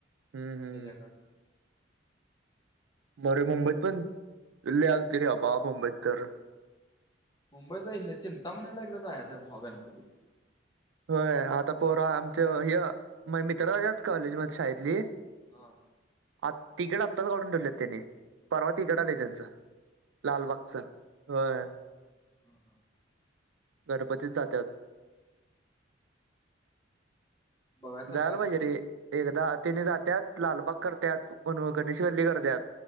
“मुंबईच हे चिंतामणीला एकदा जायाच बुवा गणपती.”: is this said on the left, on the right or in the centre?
Left